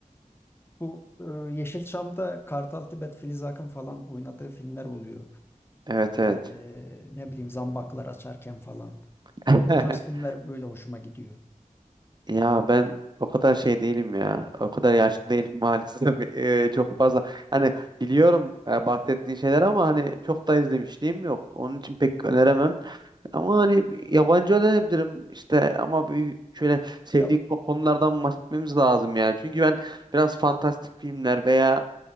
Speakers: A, on the left; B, on the right.
A: Bu e, Yeşilçam'da Kartal Tibet, Filiz Akın falan oynadığı filmler oluyor.
B: Evet
A: E,
B: evet.
A: ne bileyim Zambaklar Açarken falan.
B: <laughs>
A: O tarz filmler böyle hoşuma gidiyor.
B: Ya ben o kadar şey değilim ya. O kadar yaşlı değilim maalesef. <laughs> Eee, çok fazla. Hani biliyorum e, bahsettiğin şeyler ama hani çok da izlemişliğim yok. Onun için pek öneremem. Ama hani bir yabancı önerebilirim işte ama bir şöyle sevdiğin
A: Ya,
B: ko- konulardan bahsetmemiz lazım yani. Çünkü ben biraz fantastik filmler veya